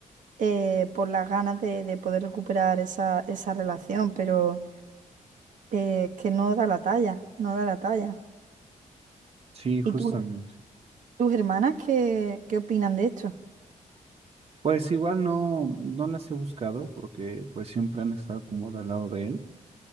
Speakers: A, on the right; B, on the right.
A: eh, por las ganas de, de poder recuperar esa, esa relación, pero eh, que no da la talla, no da la talla.
B: Sí, justamente.
A: ¿Y tú- tus hermanas qué, qué opinan de esto?
B: Pues igual no, no las he buscado porque pues siempre han estado como de al lado de él.